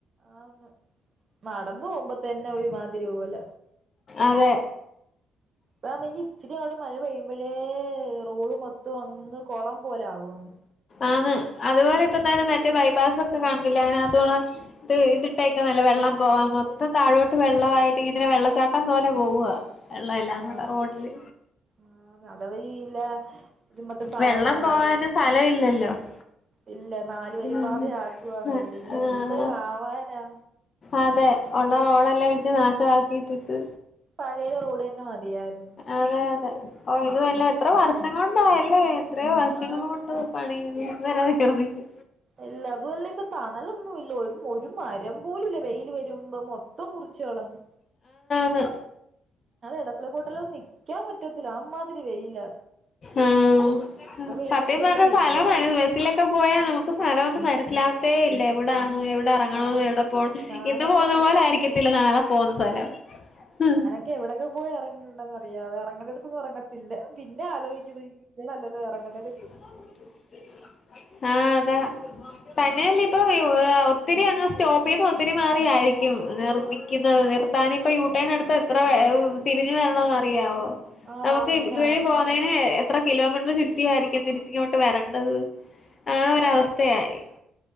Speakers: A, on the right; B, on the left.
A: ആന്ന് നടന്നു പോവുമ്പോ തന്നെ ഒരുമാതിരി പോല
B: അതെ
A: താന്നെങ്കിൽ ഇച്ചിരി അങ് മഴ പെയ്യുമ്പോഴേ റോഡ് മൊത്തവും അങ്ങ് കൊളം പോലെ ആവ്വാന്ന്
B: ആന്ന് അതുപോലെ ഇപ്പ തന്നെ മറ്റേ ബൈപ്പാസ്സൊക്കെ കണ്ടില്ലേ അയ്നകത്തോടെ ഇത് ഇതിട്ടേക്കന്നല്ല വെള്ളം പോവാൻ മൊത്തം താഴോട്ട് വെള്ളവായിട്ട് ഇങ്ങനെ വെള്ളച്ചാട്ടം പോലെ പോവുവ, വെള്ളവെല്ലാംകൂടെ
A: ആഹ്
B: റോഡില്
A: ആഹ് അതവരില്ല ഇത് മൊത്തം പാ
B: വെള്ളം പോവാന്,
A: വല്
B: സ്ഥലം ഇല്ലല്ലോ, <inaudible>
A: ഇല്ല നാലുവരി
B: ഉം
A: പാത ആക്കുവാന്നല്ലെ, ഇനി
B: ആഹ്
A: എന്ന് ആവാനാ?
B: അതെ, ഒള്ള റോഡല്ലാം ഇടിച്ച് നാശവാക്കിയിട്ടിട്ട്,
A: പഴയ റോഡ് തന്നെ മതിയായിരുന്നു
B: അതെ അതെ, ഓ ഇത് വല്ല എത്ര വർഷം കൊണ്ടായല്ലേ? വർഷങ്ങളോണ്ട്
A: ആന്ന്
B: പണിയ്യുന്നു ഇത്വരേ തീർന്നില്ല,
A: അല്ല അതുവല്ല ഇപ്പൊ തണലൊന്നു വില്ല, ഒരു ഒരു മരം പോലുംല്ല വെയില് വരുമ്പം മൊത്തം മുറിച് ച്ചളഞ്ഞ്..
B: അ്...
A: എടപ്പളക്കോട്ടലൊന്നും നിക്കാൻ പറ്റത്തില്ല അമ്മാതിരി വെയില
B: ആഹ്
A: ഇപ്പൊ വെയിറ്റിംഗ്
B: സത്യം
A: ഷെഡും
B: പറഞ്ഞ സ്ഥലമായിരുന്നു
A: ഇല്ല
B: ബസ്സിലൊക്കെ പോയാൽ നമുക്ക് സ്ഥലം ഒന്നും പ മനസ്സിലാവത്തേ ഇല്ല എവിടാണെന്നും എവിടെറങ്ങണന്ന്
A: ഞാ
B: എവിടെ പോണംന്ന്
A: ഞാനൊക്കെ
B: ഇന്ന് പോന്ന പോലായിരിക്കത്തില്ല നാളെ പോവുന്ന. സലം, ഹ്ഹ്...
A: ത് എവിടൊക്കെ പോയി ഇറങ്ങിട്ടുണ്ടെന്നഅറിയാവെ, ഇറങ്ങി.... അങ്ങട്തോന്നും ഉറങ്ങത്തില്ല. പിന്നെ ആലോചിക്കുന്ന് ഇങ്ങനെയല്ലല്ലോഉറങ്ങണ്ട്ന്ന്.
B: <unintelligible> ആ... അതാ. തന്നെയല്ലേ
A: ഉം
B: ഇപ്പൊ <unintelligible> ഒത്തിരി അങ് സ്റ്റോപ്പ് ചെയ്ത് ഒത്തിരിമാറി റിയായിരിക്കും നിർമ്മിക്കുന്നത്. നിർത്താന് ഇപ്പ യുടേൺഎടുത്ത് എത്ര തിരിഞ്ഞ് വരണോന്ന് അറിയാവോ,
A: ആഹ്
B: നമുക്ക്
A: ആന്ന് ഇങ്ങനെ
B: ഇതുവഴി
A: ആയി
B: പോകുന്നതിന് എത്ര കിലോമീറ്റർ ചുറ്റിയ ആയിരിക്കും തിരിച്ച് ഇങ്ങോട്ട് വരണ ആഹ്... ആ ഒരഅവസ്ഥയായി.